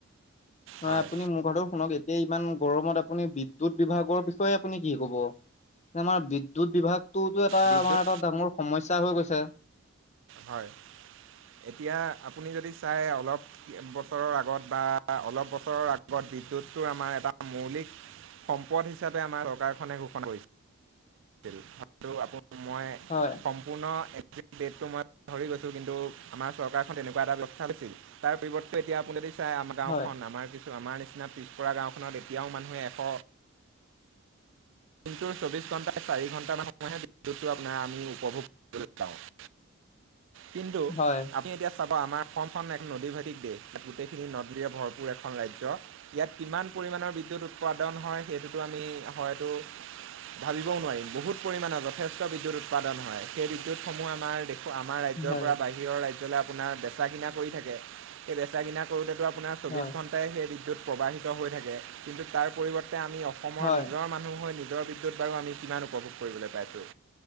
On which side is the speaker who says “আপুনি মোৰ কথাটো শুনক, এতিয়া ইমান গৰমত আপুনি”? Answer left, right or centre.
Left